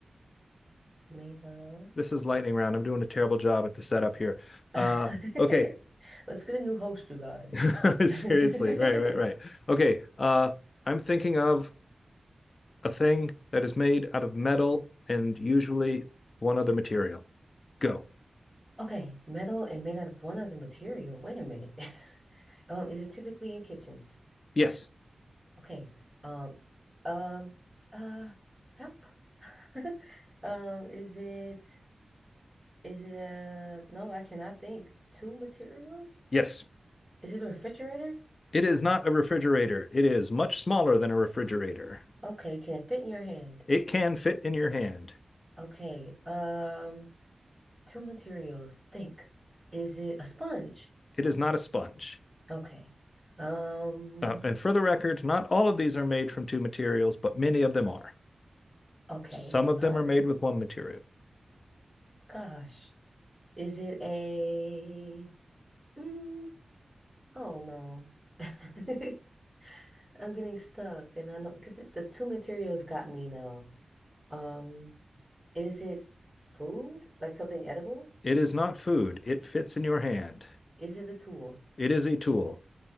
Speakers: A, on the right; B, on the left.
A: Made up.
B: This is lightning round. I'm doing a terrible job at the setup here.
A: <laughs>
B: Uh, okay,
A: Let's get a new host, you guys.
B: <laughs>
A: <laughs>
B: seriously, right, right, right. Okay, uh, I'm thinking of a thing that is made out of metal and usually one other material. Go.
A: Okay, metal and made out of one other material. Wait a minute. <laughs> Um, is it typically in kitchens?
B: Yes,
A: Okay. Um, um, uh, help. <laughs> Um, is it is it uh no, I cannot think. Two materials?
B: yes.
A: Is it a refrigerator?
B: It is not a refrigerator. It is much smaller than a refrigerator.
A: Okay, can it fit in your hand?
B: It can fit in your hand.
A: Okay. Um, two materials. Think. Is it a sponge?
B: It is not a sponge.
A: Okay. Um,
B: Uh, and for the record, not all of these are made from two materials, but many of them are.
A: okay.
B: Some of
A: Um,
B: them are made with one material.
A: gosh. Is it a mm, oh no. <laughs> I'm getting stuck and I know because the two materials got me now. Um, is it food? Like something edible?
B: It is not food. It fits in your hand.
A: Is it a tool?
B: It is a tool.